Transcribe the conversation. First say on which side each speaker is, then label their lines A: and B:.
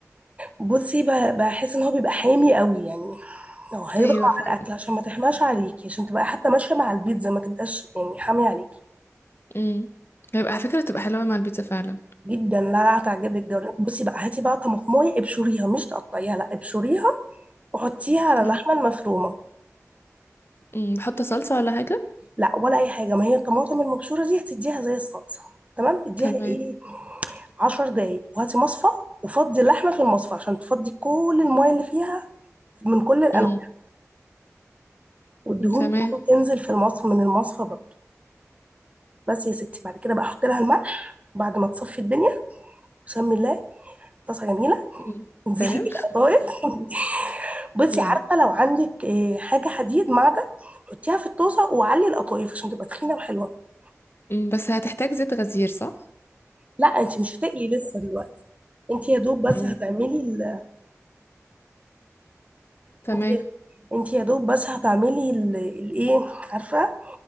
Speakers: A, on the right; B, on the left.
A: بصي ب- بحس ان هو بيبقى حامي قوي يعني لو هيضغط
B: ايوه فعلا
A: على الاكل عشان ما تحماش عليكي عشان تبقى حتى ماشيه مع البيتزا ما تبقاش يعني حامي عليكي
B: امم هيبقى على فكرة تبقى حلوة مع البيتزا فعلا
A: جدا لا لا هتعجبك جدا بصي بقى هاتي بقى طماطمايه ابشريها مش تقطعيها لا ابشريها وحطيها على
B: تمام
A: اللحمه المفرومه
B: امم بحط صلصة ولا حاجة
A: لا ولا اي حاجه ما هي الطماطم المبشوره دي هتديها زي الصلصه تمام اديها
B: تمام
A: ايه 10 دقايق وهاتي مصفى وفضي اللحمه في المصفى عشان تفضي كل المايه اللي فيها من كل الانواع
B: امم
A: والدهون
B: تمام
A: دي تنزل في المصفى من المصفى بقى بس يا ستي بعد كده بقى احط لها الملح بعد ما تصفي الدنيا بسم الله طاسه جميله
B: امم
A: انزلي
B: تمام
A: بالقطايف <laughs> بصي
B: امم
A: عارفه لو عندك آه، حاجه حديد معدن حطيها في الطاسه وعلي القطايف عشان تبقى تخينه وحلوه
B: أمم، بس هتحتاج زيت غزير صح
A: لا انت مش هتقلي لسه دلوقتي انت يا دوب بس
B: امم
A: هتعملي ال...
B: تمام
A: انت انت يا دوب بس هتعملي ال- الايه عارفه